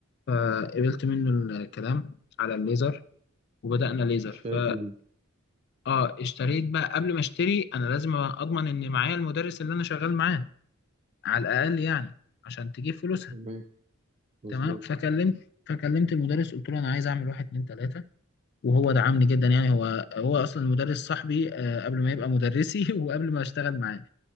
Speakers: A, on the left; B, on the right.
A: فقبلت منه الكلام على الليزر وبدأنا ليزر
B: اشتريت
A: ف
B: منه
A: اه اشتريت بقى قبل ما اشتري انا لازم اضمن ان معايا المدرس اللي انا شغال معاه على الاقل يعني عشان تجيب فلوسها
B: تمام مظبوط
A: تمام فكلمت فكلمت المدرس قلت له انا عايز اعمل واحد اتنين تلاته وهو دعمني جدا يعني هو هو اصلا المدرس صاحبي آه، قبل ما يبقى مدرسي <laughs> وقبل ما اشتغل معاه